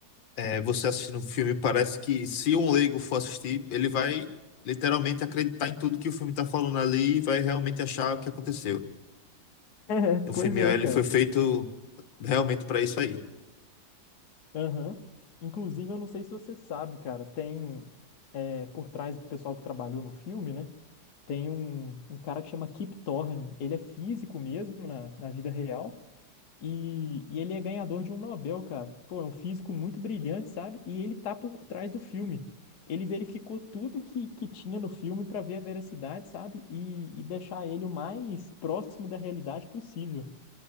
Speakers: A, on the left; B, on the left.
A: É, você assistindo o filme, parece que se um leigo for assistir, ele vai literalmente acreditar em tudo que o filme está falando ali e vai realmente achar o que aconteceu.
B: É,
A: O
B: pois
A: filme
B: é,
A: ele
B: cara.
A: foi feito realmente para isso aí.
B: Aham. Inclusive, eu não sei se você sabe, cara, tem é, por trás do pessoal que trabalhou no filme, né? Tem um, um cara que chama Kip Thorne. Ele é físico mesmo na, na vida real. E, e ele é ganhador de um Nobel, cara. Pô, é um físico muito brilhante, sabe? E ele tá por trás do filme. Ele verificou tudo que, que tinha no filme para ver a veracidade, sabe? E, e deixar ele o mais próximo da realidade possível.